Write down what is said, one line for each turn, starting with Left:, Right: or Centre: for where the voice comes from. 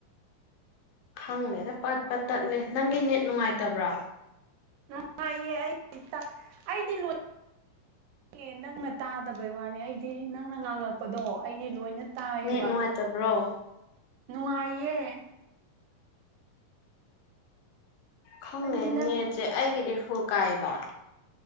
Left: ꯈꯪꯗꯦꯗ ꯄꯠ ꯄꯠ ꯇꯠꯂꯦ ꯅꯪꯒꯤ ꯅꯦꯠ ꯅꯨꯡꯉꯥꯏꯇꯕ꯭ꯔꯥ
Right: ꯅꯨꯡꯉꯥꯏꯌꯦ ꯑꯩ ꯇꯥ ꯑꯩꯗꯤ ꯂꯣꯏ ꯏ ꯅꯪꯅ ꯇꯥꯗꯕꯩ ꯋꯥꯅꯤ ꯑꯩꯗꯤ ꯅꯪꯅ ꯉꯥꯡꯉꯛꯄꯗꯣ ꯑꯩꯗꯤ ꯂꯣꯏꯅ ꯇꯥꯏꯌꯦꯕ
Left: ꯅꯦꯠ ꯅꯨꯡꯉꯥꯏꯇꯕ꯭ꯔꯣ
Right: ꯅꯨꯡꯉꯥꯏꯌꯦ
Left: ꯈꯪꯗꯦ
Right: ꯑꯩꯗꯤ ꯅꯪ
Left: ꯅꯦꯠꯁꯦ ꯑꯩꯒꯤꯗꯤ ꯐꯨꯜ ꯀꯥꯏꯌꯦꯕ